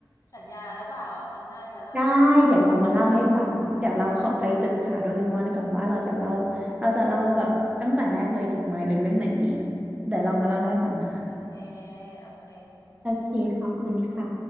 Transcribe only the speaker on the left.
สัญญาแล้วเปล่าว่าครั้งหน้าจะเล่า
โอเคโอเค